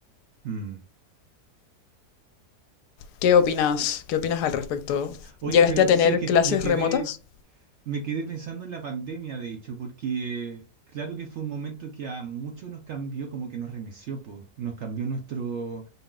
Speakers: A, on the right (about 65°); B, on the left (about 80°).
A: Mm.
B: ¿Qué opinas? ¿Qué opinas al respecto?
A: Oye,
B: ¿Llegaste
A: pero
B: a tener
A: sí, es que
B: clases
A: me quedé
B: remotas?
A: Me quedé pensando en la pandemia, de hecho, porque claro que fue un momento que a muchos nos cambió, como que nos remeció, po, nos cambió nuestro,